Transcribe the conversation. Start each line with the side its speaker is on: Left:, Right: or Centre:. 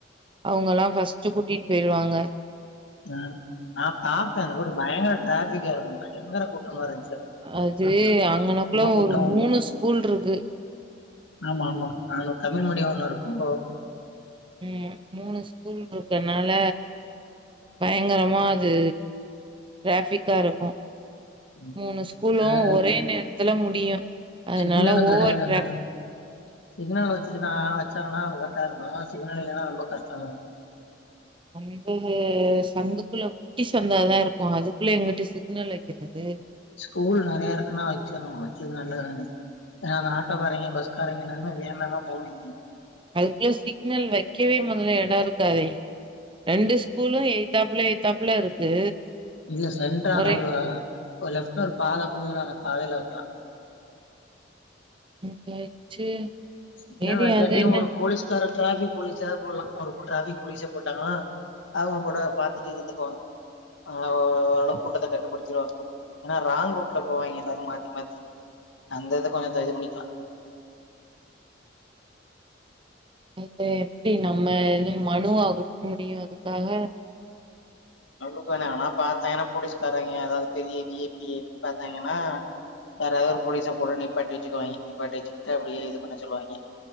Right: அவங்கல்லாம் ஃபர்ஸ்ட் கூட்டிட்டு போய் டுவாங்க
Left: ஆஹ் நான் பாப்பேன் அந்த ரோடு பயங்கர டிராபி க்கு பயங்கர கூட்டமா இரு
Right: அது அங்கனக்குள்ள
Left: கூட்டோ
Right: ஒரு
Left: உள்ள
Right: மூணு ஸ்கூல் இருக்கு
Left: ஆமா ஆமா ஆமா தமிழ் மீடியம் ஒண்ணு இருக்கோ
Right: உஹம் மூணு ஸ்கூல் இருக்கனால பயங்கரமா அது டிராஃபிக்கா இருக்கும்
Left: ம்
Right: மூணு ஸ்கூலும்
Left: அது
Right: ஒரே நேர த்துல முடியும் அதனால
Left: சிக்னலு
Right: ஓவர்
Left: கெடையாது அந்த
Right: டிராபிக்
Left: எடோ சிக்னல் வச்சுச்சுன்னா வச்சாங்கன்னாங்க கரெக்டா இருக்கும் சிக்னல் இல்லைன்னா ரொம்ப கஷ்டம்
Right: அந்த சந்துக்குள்ள குட்டி சந்தா தான் இருக்கும் அதுக்குள்ள எங்கிட்டு சிக்னல் வைக்கிறது
Left: ஸ்கூல் நிறைய இருக்குன்னா வச்சிருணும் வச்சது நல்லதானே ஏன்னா அந்த ஆட்டோக்காரங்க பஸ்காரங்க எல்லாருமே வேமாதா போவங்க
Right: அதுக்குள்ள சிக்னல் வைக்கவே முதல்ல இடம் இருக்காதே ரெண்டு ஸ்கூலும் எயத்தாப்ல எயத்தாப்ல இருக்கு
Left: இல்ல சென்டர் அனோரு
Right: ஒரே
Left: லஃப்ட் பாதா போதா அதையில வேக்கலாம்
Right: <unintelligible> ச்சு
Left: சிங்கள்
Right: சேரி
Left: வாட்டியும்
Right: அது என்ன
Left: ஒரு போலீஸ்கார டிராபிக் போலீஸாதான் போடலாம் அவ டிராபிக் போலீஸ போட்டாங்கன்னா அவங்க கூட பாத்துட்டு இருந்துக்குவாங்க ஆஹ் ஓரளவு கூட்டத்த கட்டுப்படுத்திருவாங்க ஏன்னா ராங் ரூட்ல போவாங்க ஏதாவது மாத்தி மாத்தி அந்த இத கொஞ்சம் இது பண்ணிக்கலாம்
Right: அது எப்படி நம்ம எ மனுவா குடுக்க முடியும் அதுக்காக
Left: அவளுக்கு வேணா ஆனா பார்த்தாங்கன்னா போலீஸ்காரங்க அதாவது பெரிய விஐபி பார்த்தாங்கன்னா யாராவது ஒரு போலீஸை போட நீப்பட்டி வச்சுக்குவாங்க நீப்பட்டி வச்சுக்கிட்டு அப்படியே இது பண்ண சொல்லுவாங்க